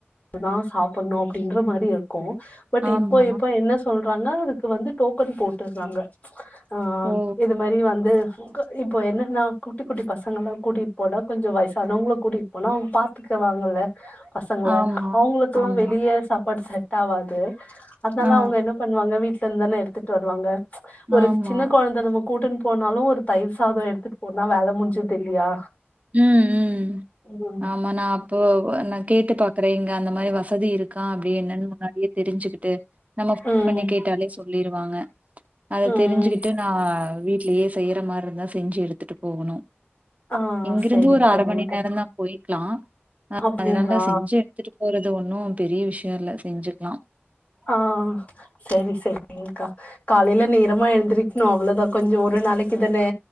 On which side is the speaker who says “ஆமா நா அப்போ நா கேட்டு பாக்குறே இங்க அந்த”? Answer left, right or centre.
Right